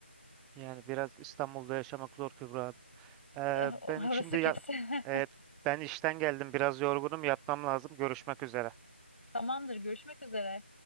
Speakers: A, in the centre; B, on the left.
A: Yani biraz İstanbul'da yaşamak zor Kübra Hanım. Ee,
B: Eh, Orası
A: ben şimdi ya,
B: kesin.
A: evet,
B: <laughs>
A: ben işten geldim biraz yorgunum yatmam lazım. Görüşmek üzere.
B: Tamamdır, görüşmek üzere.